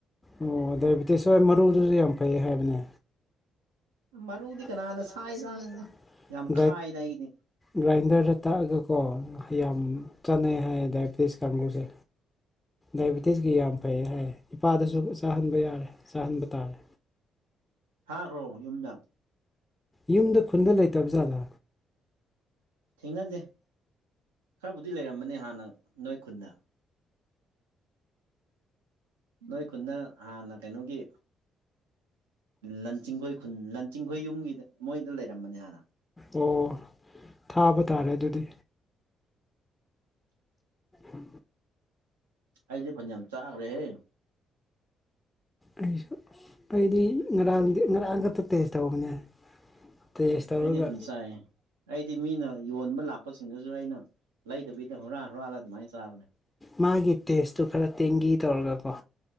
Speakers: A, on the left; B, on the right.
A: ꯑꯣ ꯗꯥꯏꯕꯤꯦꯇꯤꯁ ꯍꯣꯏ ꯃꯔꯨꯗꯨꯁꯨ ꯌꯥꯝ ꯐꯩ ꯍꯥꯏꯕꯅꯦ
B: ꯃꯔꯨꯗꯤ
A: <unintelligible>
B: ꯀꯅꯥꯅ ꯁꯥꯏ ꯆꯥꯅꯔꯤꯅꯣ ꯌꯥꯝ ꯈꯥꯏꯗ ꯑꯩꯒꯤꯗꯤ
A: ꯒ꯭ꯔꯥꯏꯟꯗꯔꯗ ꯇꯥꯛꯑꯒꯀꯣ ꯌꯥꯝ ꯆꯥꯟꯅꯩ ꯍꯥꯏꯌꯦ ꯗꯥꯏꯕꯦꯇꯤꯁ ꯀꯥꯡꯕꯨꯁꯦ ꯗꯥꯏꯕꯤꯦꯇꯤꯁꯀꯤ ꯌꯥꯝ ꯐꯩ ꯍꯥꯏꯌꯦ ꯏꯄꯥꯗꯁꯨ ꯆꯥꯍꯟꯕ ꯌꯥꯔꯦ ꯆꯥꯍꯟꯕ ꯇꯥꯔꯦ
B: ꯊꯥꯒ꯭ꯔꯣ ꯌꯨꯝꯗ
A: ꯌꯨꯝꯗ ꯈꯨꯟꯗ ꯂꯩꯇꯕꯖꯥꯠꯂꯥ
B: ꯊꯦꯡꯅꯗꯦ ꯈꯔꯕꯨꯗꯤ ꯂꯩꯔꯝꯕꯅꯦ ꯍꯥꯟꯅ ꯅꯣꯏ ꯈꯨꯟꯗ ꯅꯣꯏ ꯈꯨꯟꯗ ꯍꯥꯟꯅ ꯀꯩꯅꯣꯒꯤ ꯂꯟ ꯆꯤꯡꯈꯣꯏ ꯈꯨꯟ ꯂꯟ ꯆꯤꯡꯈꯣꯏ ꯌꯨꯝꯒꯤꯗ ꯃꯣꯏꯗ ꯂꯩꯔꯝꯕꯅꯦ ꯍꯥꯟꯅ
A: ꯑꯣ ꯊꯥꯕ ꯇꯥꯔꯦ ꯑꯗꯨꯗꯤ ꯎꯝ
B: ꯑꯩꯁꯨ ꯐꯟꯅꯌꯥꯝ ꯆꯥꯈ꯭ꯔꯦꯍꯦ
A: ꯑꯩꯁꯨ ꯑꯩꯗꯤ ꯉꯔꯥꯡꯗꯤ ꯉꯔꯥꯡ ꯈꯛꯇ ꯇꯦꯁ ꯇꯧꯕꯅꯦ ꯇꯦꯁ ꯇꯧꯔꯒ
B: ꯑꯩꯗꯤ ꯑꯗꯨꯝ ꯆꯥꯏꯌꯦ ꯑꯩꯗꯤ ꯃꯤꯅ ꯌꯣꯟꯕ ꯂꯥꯛꯄꯁꯤꯡꯗꯨꯁꯨ ꯑꯩꯅ ꯂꯩꯗꯕꯤꯗ ꯍꯨꯔꯥꯟ ꯍꯨꯔꯥꯜꯂ ꯑꯗꯨꯃꯥꯏꯅ ꯆꯥꯕꯅꯦ
A: ꯃꯥꯒꯤ ꯇꯦꯁꯇꯨ ꯈꯔ ꯇꯦꯡꯒꯤ ꯇꯧꯔꯒꯀꯣ